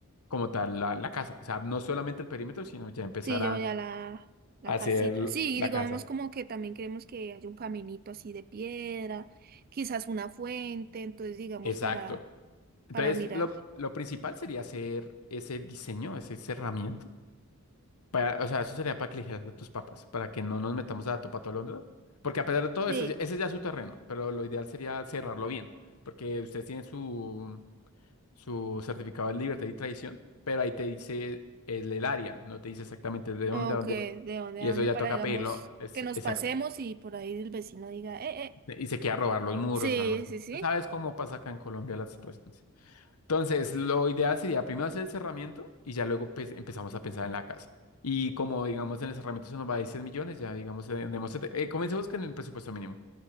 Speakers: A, on the left; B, on the right.
A: como tal la, la casa. O sea, no solamente el perímetro, sino ya empezar
B: sí, yo
A: a
B: ya la, la
A: a
B: casita.
A: hacer
B: Sí,
A: la
B: y digamos
A: casa.
B: como que también queremos que haya un caminito así de piedra, quizás una fuente, entonces digamos
A: Exacto.
B: para,
A: Entonces,
B: para mirar.
A: lo, lo principal sería hacer ese diseño, ese cerramiento. Para, o sea, eso sería para que eligieras a tus papás, para que no nos metamos a topa todo Londres. ¿no? Porque a pesar de todo,
B: Sí.
A: eso, ya- ese ya es su terreno, pero lo ideal sería cerrarlo bien, porque ustedes tienen su, su certificado de libertad y tradición, pero ahí te dice el, el área, no te dice exactamente de dónde,
B: Ok,
A: a dónde.
B: de dónde
A: Y
B: a
A: eso
B: dónde
A: ya
B: para,
A: toca
B: digamos,
A: pedirlo. Es,
B: que nos
A: exacto.
B: pasemos y por ahí el vecino diga, eh, eh.
A: Y se quiera robar los muros
B: Sí,
A: o algo así.
B: sí, sí.
A: Tú sabes cómo pasa acá en Colombia las situaciones. Entonces, lo ideal sería primero hacer el cerramiento y ya luego pues, empezamos a pensar en la casa. Y como digamos en el cerramiento se nos va a ir 100 millones, ya digamos, eh, tenemos, eh, comencemos con el presupuesto mínimo.